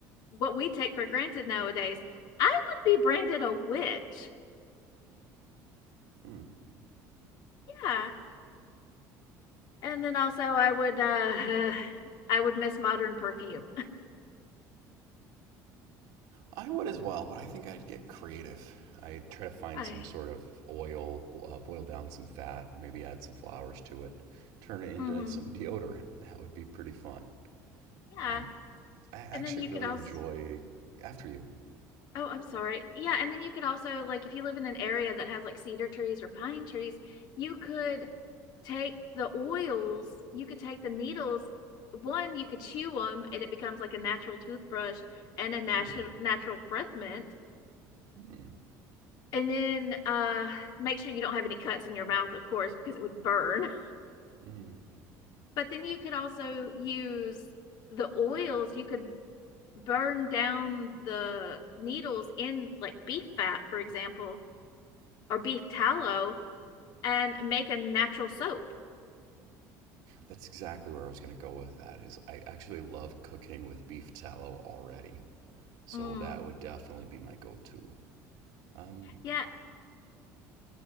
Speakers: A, on the left; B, on the right.
A: what we take for granted nowadays i would be branded a witch
B: Hmm.
A: yeah and then also i would uh <sighs> i would miss modern perfume
B: I would as well, but I think I'd get creative. I'd try to
A: <laughs>
B: find
A: i
B: some sort of oil, uh, boil down some fat, maybe add some flowers to it, turn it into
A: Mm-hmm.
B: some <laughs> deodorant. That would be pretty fun.
A: Yeah.
B: Um, I actually
A: And then you
B: really
A: could also,
B: enjoy after you.
A: oh, I'm sorry. Yeah. And then you could also, like, if you live in an area that has like cedar trees or pine trees, you could take the oils, you could take the needles. One, you could chew them and it becomes like a natural toothbrush and a natural
B: Hmm.
A: natural breath mint.
B: Hmm.
A: And then uh, make sure you don't have any cuts in your mouth, of course, because it would burn. <laughs>
B: Hmm.
A: But then you could also use the oils. You could burn down the needles in like beef fat, for example, or beef tallow and make a natural soap.
B: That's exactly where I was going to go with that. Is I actually love cooking with beef tallow already, so
A: Mm.
B: that would definitely be my go-to. Um,
A: Yeah.